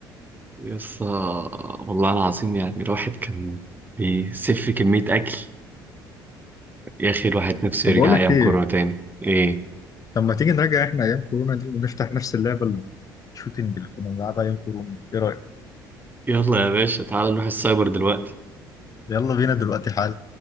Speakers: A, on the right; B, on the left.
A: يا اسطى والله العظيم يعني الواحد كان بيسف كمية أكل يا أخي الواحد نفسه
B: طب
A: يرجع
B: بقول لك
A: أيام
B: ايه
A: كورونا تاني إيه
B: طب ما تيجي نراجع احنا ايام كورونا دي ونفتح نفس اللعبة الشوتينج اللي كنا بنلعبها ايام كورونا دي ايه رأيك
A: يلا يا باشا تعال نروح السايبر دلوقتي
B: يلا بينا دلوقتي حالا